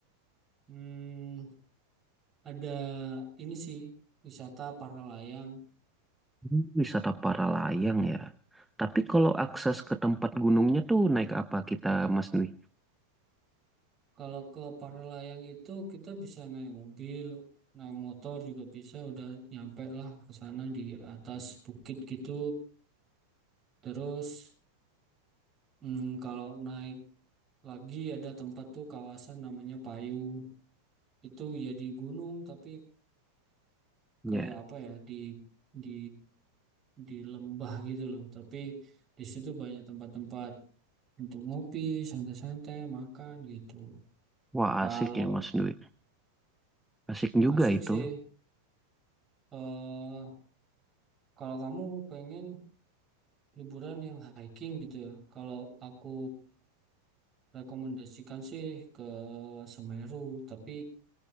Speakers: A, on the right; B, in the centre.
A: hmm, ada ini sih wisata para layang.
B: Hmm, Wisata para layang ya. Tapi kalau akses ke tempat gunungnya tuh naik apa kita, Mas Dwi?
A: Kalau ke para layang itu kita bisa naik mobil, naik motor juga bisa, udah nyampe lah ke sana di atas bukit gitu. Terus hmm, kalau naik lagi ada tempat tuh kawasan namanya Payung. Itu ya di gunung tapi
B: Ya.
A: kayak apa ya di di di lembah gitu loh. Tapi di situ banyak tempat-tempat untuk ngopi, santai-santai, makan gitu.
B: Wah,
A: Kalau
B: asik ya, Mas Dwi. Asik juga
A: asik
B: itu.
A: sih, eh kalau kamu pengen liburan yang hiking gitu ya, kalau aku rekomendasikan sih ke Semeru, tapi